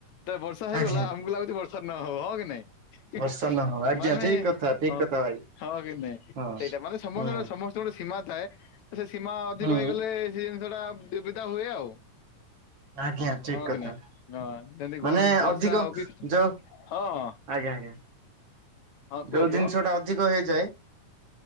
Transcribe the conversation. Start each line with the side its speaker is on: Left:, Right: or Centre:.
Left: ତ ବର୍ଷା ହେଇଗଲା
Right: ଆଜ୍ଞା
Left: ଆମକୁ ଲାଗୁଛି ବର୍ଷା ନ ହଉ ହଁ କି ନାଇଁ। ହିଁ
Right: ବର୍ଷା
Left: ହିଁ
Right: ନ ହଉ ଆଜ୍ଞା
Left: ମାନେ
Right: ଠିକ କଥା ଠିକ
Left: ହଁ
Right: କଥା ଭାଇ
Left: ହଁ କିନାଇ
Right: ହଁ।
Left: ସେଇଟା ମାନେ ସମସ୍ତ
Right: ହୁଁ
Left: ଗୋଟେ ସମସ୍ତେ ଗୋଟେ ସୀମା ଥାଏ ସେ ସୀମା ଅଧିକ
Right: ହୁଁ
Left: ହେଇଗଲେ ସେ ଜିନିଷଟା ଦୁବିଧା ହୁଏ ଆଉ।
Right: ଆଜ୍ଞା ଠିକ
Left: ହଁ
Right: କଥା
Left: କି ନାଇଁ। ହଁ ଯେମିତି ଘର
Right: ମାନେ
Left: ବର୍ଷା
Right: ଅଧିକ
Left: ହଉ କି
Right: ଯୋଉ
Left: ହଁ।
Right: ଆଜ୍ଞା ଆଞା।
Left: ହଁ କୁହ
Right: ଯୋଉ ଜିନିଷ
Left: କୁହ
Right: ଟା ଅଧିକ ହେଇଯାଏ